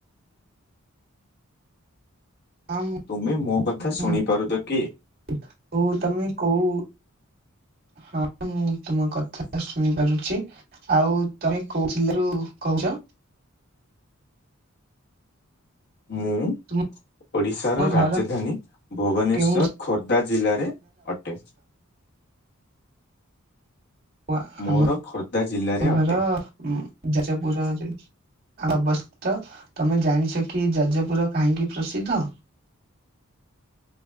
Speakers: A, on the right (about 50°); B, on the left (about 50°).
A: ହଁ ମୁଁ
B: ତୁମେ ମୋ କଥା ଶୁଣିପାରୁଛ
A: ମୁଁ
B: କି?
A: ହୋଉ ତମେ କୋଉ ହଁ ମୁଁ ତୁମ କଥା ଶୁଣିପାରୁଛି। ଆଉ ତମେ କୋଉ ଜିଲ୍ଲାରୁ କହୁଛ?
B: ମୁଁ
A: ତୁମ
B: ଓଡ଼ିଶାର ରାଜଧାନୀ
A: ଘର
B: ଭୁବନେଶ୍ୱର
A: କେଉଁ
B: ଖୋର୍ଦ୍ଧା ଜିଲ୍ଲାରେ ଅଟେ।
A: ଓ
B: ମୋର
A: ଆମ
B: ଖୋର୍ଦ୍ଧା ଜିଲ୍ଲାରେ
A: ଘର
B: ଅଟେ।
A: ଯାଜପୁର ଜିଲ ଆ ବସ୍ତିତ ତମେ ଜାଣିଛ କି ଯାଜପୁର କାହିଁକି ପ୍ରସିଦ୍ଧ?